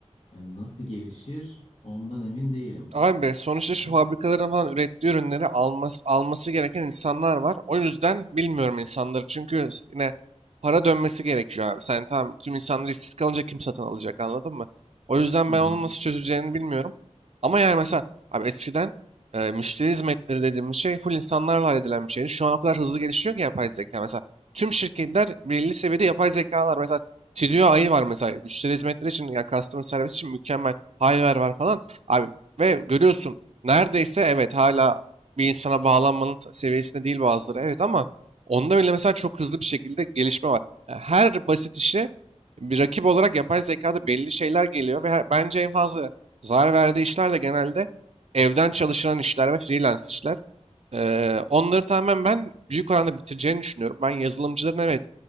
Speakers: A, on the left; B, on the right.
A: yani nasıl gelişir ondan emin değilim.
B: Abi sonuçta
A: Yani
B: şu fabrikaların falan ürettiği ürünleri alması, alması gereken insanlar var. O yüzden bilmiyorum insanları. Çünkü yine para dönmesi gerekiyor abi. Sen tamam tüm insanlar işsiz kalınca kim satın alacak anladın mı? O yüzden
A: Hı
B: ben
A: hı.
B: onun nasıl çözüleceğini bilmiyorum. Ama yani mesela abi eskiden e, müşteri hizmetleri dediğimiz şey full insanlarla halledilen bir şeydi. Şu an o kadar hızlı gelişiyor ki yapay zeka. Mesela tüm şirketler belli seviyede yapay zekalar. Mesela Tidio AI var mesela müşteri hizmetleri için yani customer service için mükemmel. Hiver var falan. Abi ve görüyorsun neredeyse evet hala bir insana bağlanmanın ta- seviyesinde değil bazıları evet ama onda bile mesela çok hızlı bir şekilde gelişme var. Yani her basit işe bir rakip olarak yapay zekada belli şeyler geliyor ve he- bence en fazla zarar verdiği işler de genelde evden çalışılan işler ve freelance işler. Eee, onları tamamen ben büyük oranda bitireceğini düşünüyorum. Ben yazılımcıların evet